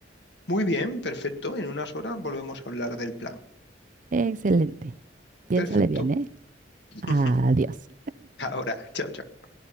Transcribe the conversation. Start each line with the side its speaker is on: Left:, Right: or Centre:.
Left: Muy bien, perfecto. En unas horas volvemos a hablar del plan.
Right: Excelente. Piénsale
Left: Perfecto.
Right: bien, ¿eh?
Left: <laughs>
Right: Adiós.
Left: Ahora, chao, chao.